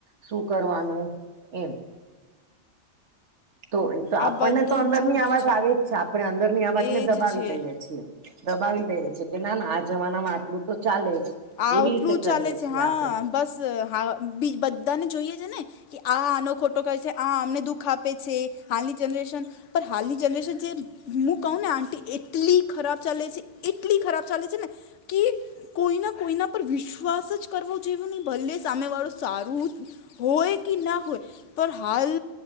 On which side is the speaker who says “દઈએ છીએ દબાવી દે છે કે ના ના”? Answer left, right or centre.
Right